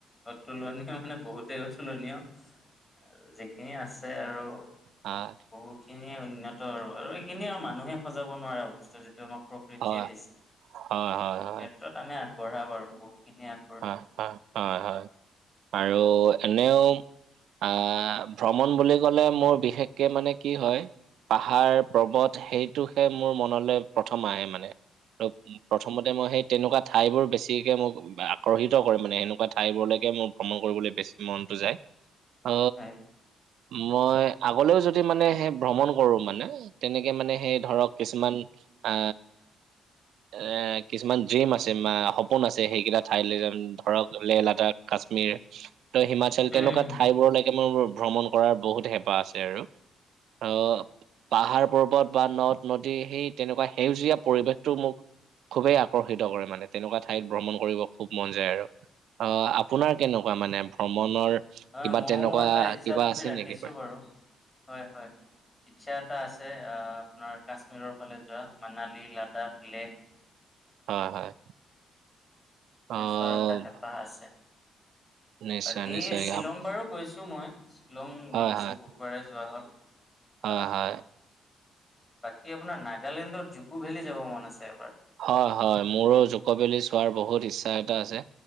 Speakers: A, on the left; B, on the right.
A: অতুলনীয় মানে বহুতেই অতুলনীয় আৰু যিখিনি আছে আৰু।
B: অঁ।
A: বহুতখিনিয়ে উন্নত আৰু এইখিনিয়েই আৰু মানুহে সজাব নোৱাৰা বস্তু যিটো আমাক। প্ৰকৃতিয়ে
B: হয়,
A: দিছে,
B: হয়, হয়,
A: এই
B: হয়,
A: ক্ষেত্ৰত আমি আগবঢ়া পাৰো বহুখিনি আগবঢ়ায় বাৰু।
B: হয়, হয়, হয় আৰু এনেও। আহ ভ্ৰমণ বুলি ক'লে মোৰ বিশেষকে মানে কি হয়। পাহাৰ পৰ্বত সেইটোহে মোৰ মনলৈ প্ৰথম আহে মানে। আৰু প্ৰথমতে মই সেই তেনেকুৱা ঠাইবোৰ বেছিকে মোক- আকৰ্ষিত কৰে মানে সেনেকুৱা ঠাইবোৰলৈকে মোৰ ভ্ৰমণ কৰিবলৈ বেছি মনতটো যায়। অ,
A: হয়।
B: মই আগলেও যদি মানে সেই ভ্ৰমণ কৰো মানে। তেনেকে মানে সেই ধৰক কিছুমান আ এ কিছুমান। ড্ৰিম আছে বা সপোন আছে সেইকেইটা ঠাইলৈ ধৰক লেহ লাডাখ, কাশ্মীৰ- ত হিমাচল
A: উম।
B: তেনেকোৱা ঠাইবোৰলৈকে মোৰ ভ্ৰমণ কৰাৰ বহুত হেঁপাহ আছে আৰু। অ পাহাৰ পৰ্বত বা নদ নদী সেই তেনেকোৱা সেউজীয়া পৰিৱেশটো মোক- খুবেই আকৰ্ষিত কৰে মানে তেনেকোৱা ঠাইত ভ্ৰমণ কৰিব। খুব মন যায় আৰু, অঁ আপোনাৰ কেনেকোৱা মানে ভ্ৰমণৰ।
A: হয়
B: কিবা
A: ময়ো
B: তেনেকুৱা
A: এটা ইচ্ছা
B: কিবা
A: পুহি
B: আছে
A: ৰাখিছো
B: নেকি
A: বাৰু হয় হয়। ইচ্ছা এটা আছে আপোনাৰ কাশ্মীৰৰ ফালে যোৱা মানালী লাডাখ লেখ।
B: হয়, হয়। অ',
A: চোৱাৰ এটা হেঁপাহ আছে,
B: নিশ্চয়
A: বাকী
B: নিশ্চয়
A: শ্বিলং
B: আপ-
A: বাৰো গৈছো মই। শ্বিলং
B: হয়
A: গৈছোঁ
B: হয়
A: বহুবাৰে যোৱা হ'ল
B: হয়
A: অ।
B: হয়।
A: বাকী আপোনাৰ নাগালেণ্ডৰ জুকু ভেলী যাব মন আছে এবাৰ।
B: হয়, হয় মোৰো জুকো বেলি চোৱাৰ বহুত ইচ্ছা এটা আছে,